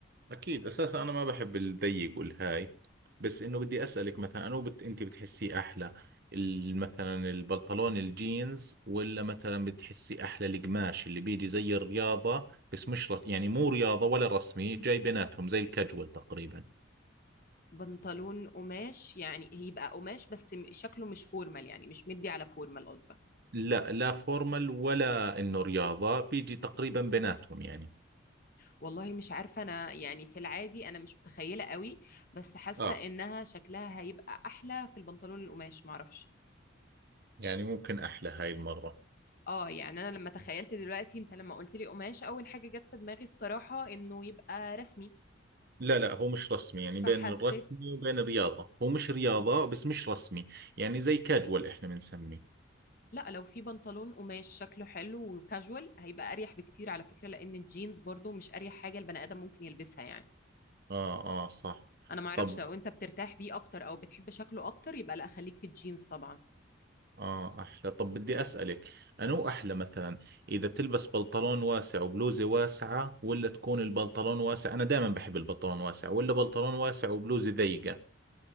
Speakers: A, on the right (about 50°); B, on the left (about 45°).
A: أكيد أساسا أنا ما بحب الضيق والهاي بس إنه بدي أسألك مثلا أنو بت... أنت بتحسيه أحلى ال- مثلا البنطلون الجينز ولا مثلا بتحسي أحلى القماش اللي بيجي زي الرياضة بس مش رس... يعني مو رياضة ولا رسمي جاي بيناتهم زي الكاجوال تقريبا
B: بنطلون قماش يعني هيبقى قماش بس م- شكله مش فورمال يعني مش مدي على فورمال قصدك
A: لا لا فورمال ولا إنه رياضة بيجي تقريبا بيناتهم يعني
B: والله مش عارفه انا يعني في العادي انا مش متخيله قوي بس حاسه
A: آه
B: انها شكلها هيبقى احلى في البنطلون القماش معرفش
A: يعني ممكن أحلى هاي المرة
B: اه يعني انا لما تخيلت دلوقتي انت لما قلت لي قماش اول حاجه جت في دماغي الصراحه انه يبقى رسمي
A: لا لا هو مش رسمي يعني بين
B: فحسيت
A: الرسمي وبين الرياضة هو مش رياضة بس مش رسمي يعني زي كاجوال احنا بنسميه
B: لا لو في بنطلون قماش شكله حلو وكاجوال هيبقى اريح بكتير على فكرة لان الجينز برضو مش اريح حاجة البني ادم ممكن يلبسها يعني
A: اه اه صح
B: انا ما اعرفش
A: طب
B: لو انت بترتاح بيه اكتر او بتحب شكله اكتر يبقى لا خليك في الجينز طبعا
A: اه احلى طب بدي اسألك انو احلى مثلا اذا تلبس بنطلون واسع وبلوزة واسعة ولا تكون البنطلون واسع انا دائما بحب البنطلون واسع ولا بنطلون واسع وبلوزة ضيقة